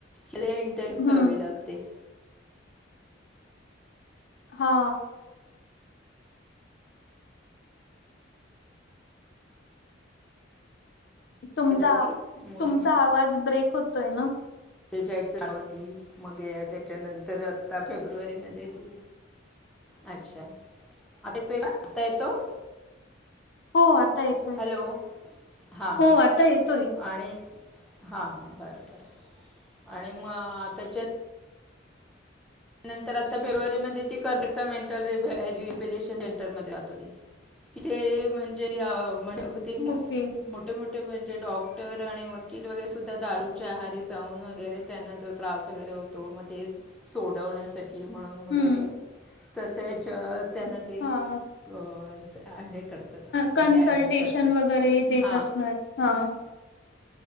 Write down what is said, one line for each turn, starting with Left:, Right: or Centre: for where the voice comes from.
Centre: इंटर्नशिप
Left: हम्म.
Centre: करावी लागते.
Left: हा. तुमचा
Centre: होती मोना
Left: तुमचा आवाज ब्रेक होतोय ना.
Centre: रिटायर चालू होती मग त्याच्यानंतर आत्ता फेब्रुवारीमध्ये ती. अच्छा आता येतोय का आता येतो.
Left: हो. येतोय.
Centre: हॅलो हां
Left: हो
Centre: हां
Left: आता येतोय.
Centre: आणि.. हा हां बरं बरं आणि मग आताच्या. त्यानंतर आता फेब्रुवारीमध्ये ती कर्तक्का मेंटल रिहेबिलेशन सेंटरमध्ये जात होती. तिथे म्हणजे
Left: ओके.
Centre: मोठे मोठे म्हणजे डॉक्. र आणि वकील वगैरे सुद्धा दारूच्या आहारी जाऊन वगैरे त्यांना जो त्रास वगैरे होतो मग ते. सोडवण्यासाठी म्हणून वगैरे
Left: हम्म.
Centre: तसेच. त्यांना ते
Left: हा.
Centre: हे. करतात म्हणजे
Left: कन्सल्टेशन
Centre: ॲडमिट करतात
Left: वगैरे देत
Centre: हां
Left: असणार. हा